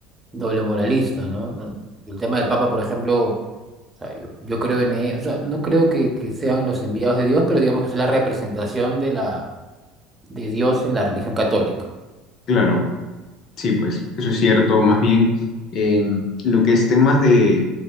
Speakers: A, on the right; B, on the left.
A: doble moralista, ¿no? No- El tema del Papa, por ejemplo... O sea, yo, yo creo en él, o sea, no creo que, que sean los enviados de Dios, pero digamos que es la representación de la, de Dios en la religión católica.
B: Claro. Sí, pues eso es cierto. Más bien, eh, lo que es temas de,